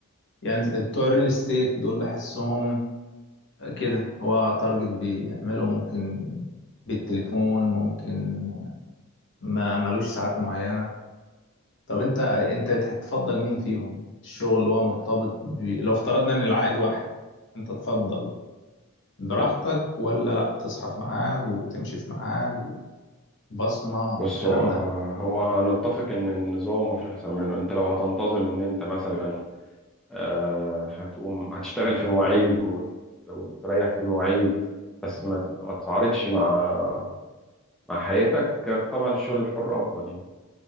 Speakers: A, on the left (about 55°); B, in the centre.
A: يعني بتوع الريل استيت دول بحسهم كده هو تارجت بيعمله ممكن بالتليفون ممكن ما ملوش ساعات معينة طب انت انت تفضل مين فيهم الشغل اللي هو مرتبط ب... لو افترضنا ان العائد واحد انت تفضل براحتك
B: ال-
A: ولا لا تصحى في ميعاد وتمشي في ميعاد وبصمة
B: بص
A: والكلام
B: هو آه،
A: ده
B: هو نتفق ان النظام مفيش احسن منه انت لو هتنتظم ان انت مثلا آه، هتقوم هتشتغل في مواعيد وت- وتريح في مواعيد بس ما تبقى ما تتعارضش مع مع حياتك طبعا الشغل الحر افضل يعني